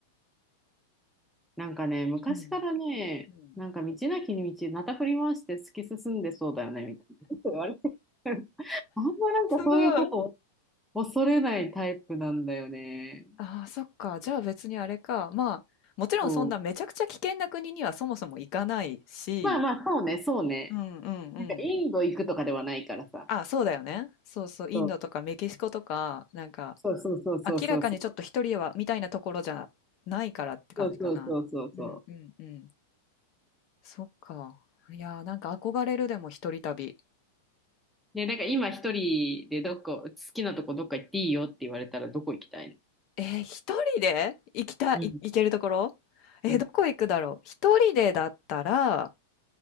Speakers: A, in the centre; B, on the left.
A: なんかね、昔からね、
B: うん。うん。
A: なんか道なきに道、なた振り回して突き進んでそうだよね、みたいな。よく言われてる。<laughs> あんまなんかそういうこと
B: すごい。
A: を恐れないタイプなんだよね。
B: ああ、そっか。じゃあ別にあれか。まあ、もちろんそんなめちゃくちゃ危険な国にはそもそも行かないし、
A: そう。まあまあ、そうね、そうね。
B: うんうんうん。
A: なんかインド行くとかではないからさ。
B: あ、そうだよね。そうそう。インドとかメキシコとか、
A: そう。
B: なんか、
A: そうそうそうそうそうそう。
B: 明らかにちょっと一人はみたいなところじゃないからって感じかな。
A: そうそうそうそうそう。
B: うんうんうん。そっか。いやーなんか憧れるでも一人旅。
A: で、なんか今一人でどこ、好きなとこどっか行っていいよって言われたらどこ行きたい
B: えー、一人で行きたい、
A: のうん。
B: い行けるところえー、
A: うん
B: どこ行くだろう一人でだったら、